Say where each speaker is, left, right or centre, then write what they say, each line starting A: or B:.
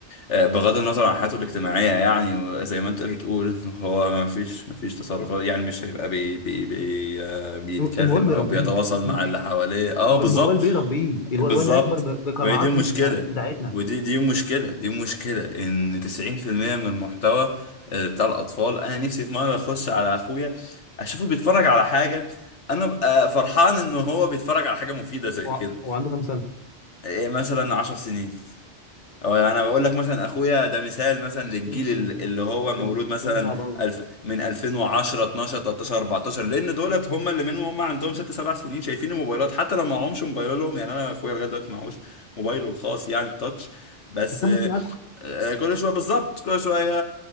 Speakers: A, on the left; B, on the left.
A: آه، بغض النظر عن حياته الاجتماعية يعني وزي ما انت بتقول ان هو ما فيش ما فيش تصرفات يعني مش هيبقى بي بي بي آه، بيتكلم
B: الموبايل بيربيه
A: او بيتواصل مع
B: الم-
A: اللي حواليه اه
B: والموبايل
A: بالظبط
B: بيربيه الو-
A: بالظبط
B: الواد هيكبر ب- بقناعات
A: وهي دي المشكلة
B: مش بتاع مش بتاعتنا
A: ودي دي مشكلة دي مشكلة ان 90% من المحتوى آه، بتاع الاطفال انا نفسي في مرة اخش على اخويا اشوفه بيتفرج على حاجة انا ببقى فرحان ان هو بيتفرج على حاجه مفيده زي
B: هو
A: كده
B: هو عنده كام سنه
A: إيه مثلا 10 سنين او انا بقول لك مثلا اخويا ده مثال مثلا للجيل
B: سن
A: ال- اللي هو
B: سن
A: مولود مثلا
B: سن صعب قوي
A: الف من 2010 12 13 14 لان دولت هم اللي منهم هم عندهم 6 7 سنين شايفين الموبايلات حتى لو معهمش موبايلهم يعني انا اخويا لغايه دلوقتي معهوش موبايله الخاص يعني التاتش بس
B: يخمس
A: آه،
B: معاكم
A: آه، كل شويه بالظبط كل شويه